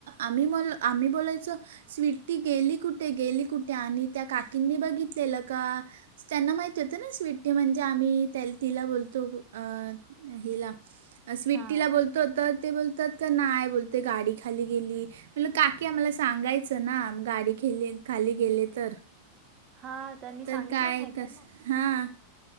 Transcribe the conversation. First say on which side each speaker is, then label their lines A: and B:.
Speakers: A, on the right; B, on the right.
A: आम्ही म आम्ही बोलायचो स्वीट्टी गेली कुठे? गेली कुठे? आणि त्या काकींनी बघितलेलं का त्यांना माहिती होत ना स्वीट म्हणजे आम्ही त्या तिला बोल तो अ हिला स्विटी
B: हा
A: ला बोल त त ते बोलतात क नाय बोलतं गाडीखली गेली. म्हणलं काकी आम्हाला सांगायचं ना मं गाडी खेली खाली गेले तर
B: हा त्यांनी सांगितलं
A: तर काय
B: नाय
A: कसं
B: का मग
A: हां